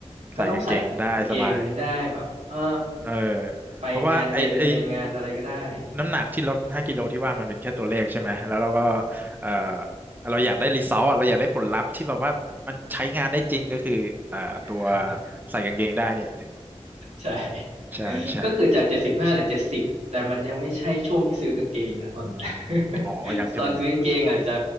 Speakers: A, on the right (about 85°); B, on the right (about 15°).
A: ก็ต้องใส่กางเกงนี้ได้แบบเออ
B: ใส่กางเกงได้สบายเออ
A: ไปงานเย็นไปงานอะไรก็ได้
B: เพราะว่าไอไอ น้ำหนักที่ลดห้ากิโลที่ว่ามันเป็นแค่ตัวเลขใช่ไหม แล้วเราก็เอ่อเราอยากได้รีซอสเราอยากได้ผลลัพธ์ที่แบบว่ามันใช้งานได้จริงก็คือเอ่อตัว
A: <laughs>
B: ใส่กางเกงได้นี่
A: ใช่ <laughs>
B: ใช่ใช่
A: ก็คือจากเจ็ดสิบห้าเหลือเจ็ดสิบแต่มันยังไม่ใช่ช่วงที่ซื้อกางเกงนะตอนนั้น <laughs>
B: อ๋อยังใช่ไหมยัง
A: ตอนซื้อกางเกงอาจจะ